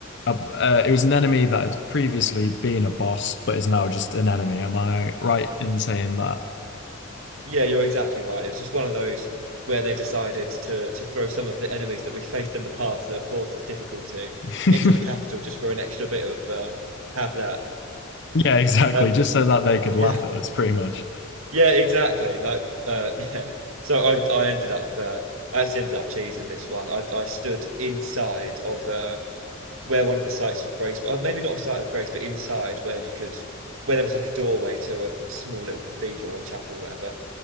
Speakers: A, on the left; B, on the right.
A: a uh, it was an enemy that had previously been a boss, but is now just an enemy. Am I right in saying that?
B: Yeah, you're exactly right. It was just one of those where they decided to to throw some of the enemies that we faced in the past that have caused us difficulty
A: <laughs>
B: into the capital just for an extra bit of uh, have that.
A: Yeah, exactly.
B: Um,
A: Just so that they could
B: yeah,
A: laugh at us, pretty much.
B: yeah, exactly. Like, uh, <laughs> yeah. So I I ended up uh, I actually ended up cheesing this one. I I stood inside of uh where one of the sites of grace, well, maybe not a site of grace, but inside where you could where there was like a doorway to a small little cathedral or chapel or whatever.